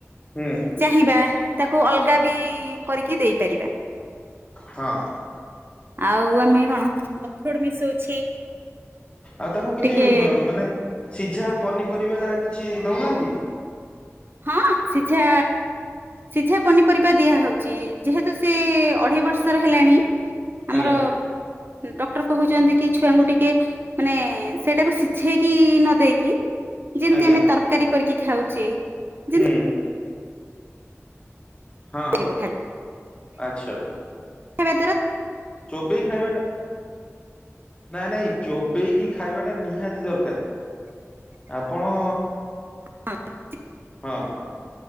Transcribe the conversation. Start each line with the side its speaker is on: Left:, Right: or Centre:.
Left: ହୁଁ
Right: ଚାହିଁବା ତାକୁ ଅଲଗା ବି କରିକି ଦେଇପାରିବା।
Left: ହଁ
Right: ଆଉ ଆମେ କଣ ଅଖରଡ ମିଶଉଛି।
Left: ଆଉ ତାକୁ କିଛି
Right: ଟିକେ
Left: ମାନେ ସିଝା ପନିପର କିଛି ଦେଉନାହାନ୍ତି।
Right: ହଁ ସିଝା ସିଝା ପନିପରିବା ଦିଆ ହଉଛି ଯେହେତୁ ସେ ଅଢ଼େଇ ବର୍ଷର ହେଲାଣି। ଆମର
Left: ଆଜ୍ଞା
Right: ଡକ୍ଟର କହୁଛନ୍ତି କି ଛୁଆଙ୍କୁ ଟିକେ ମାନେ ସେଇଟାକୁ ବୁଝକି ନ ଦେଇେଇକି ଯେମତି
Left: ଆଜ୍ଞା
Right: ଆମେ ତରକାରୀ କରିକି ଖାଉଛେ। ଯେମିତି
Left: ହୁଁ। ହଁ
Right: ଥିବ
Left: ଆଛା।
Right: କେ
Left: ଚୋବେଇ ଖାଇବାଟା ନାଇଁ ନାଇଁ ଚୋବେଇକି ଖାଇବା ଟା ନିହାତି ଦରକାର ଆପଣ
Right: ହଁ।
Left: ହଁ